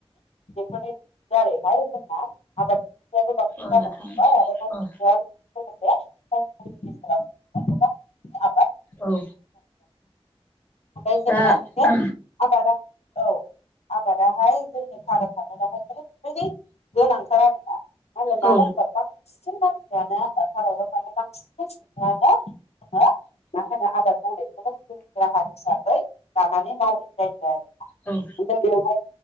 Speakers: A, on the left; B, on the left.
A: बेफोरनो दारैहाय जोंना आबाद। बांसिन
B: औ
A: जानो
B: नोंथां
A: हमबाय आरो मा लोगोसे
B: औ।
A: खम समनि गेजेराव गोबां आबाद
B: औ।
A: ओमफाय जों
B: दा
A: मा होनखो
B: औ
A: आबादा औ आबादा हाय जोंनि भारत हादरावहाय ओरैबायदि गोनांथार आरोना मा होनो मानो
B: औ
A: होनबा बांसिन मानसियानो भारताव थानाय बांसिन सुबुंङानो। मा होनो आबाद मावनायखौनो जिउ राहा हिसाबै लानानै मावो। जायो आरो ना
B: औ
A: ओमफ्राय बेवहाय